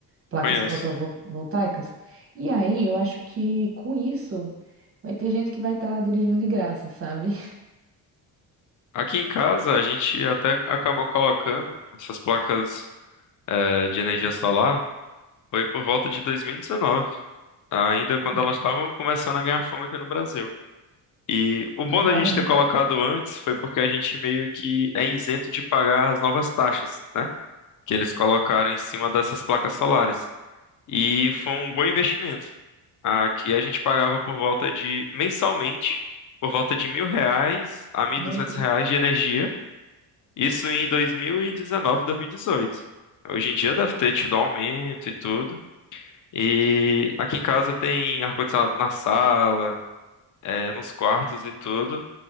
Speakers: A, on the right; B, on the left.
A: Placas
B: Conheço.
A: fotovoltaicas? E aí eu acho que com isso vai ter gente que vai estar dirigindo de graça, sabe?
B: Aqui em casa a gente até acabou colocando essas placas eh, de energia solar, foi por volta de 2019, ainda
A: <laughs>
B: quando elas estavam começando a ganhar fama aqui no Brasil. E o
A: E
B: bom
A: vale,
B: da gente
A: né?
B: ter colocado antes foi porque a gente meio que é isento de pagar as novas taxas, né? Que eles colocaram em cima dessas placas solares. E foi um bom investimento. Aqui a gente pagava por volta de, mensalmente, por volta de mil reais a mil
A: Meu
B: e duzentos
A: Deus.
B: reais de energia. Isso em 2019, 2018. Hoje em dia deve ter tido aumento e tudo. E aqui em casa tem ar-condicionado na sala, eh, nos quartos e tudo.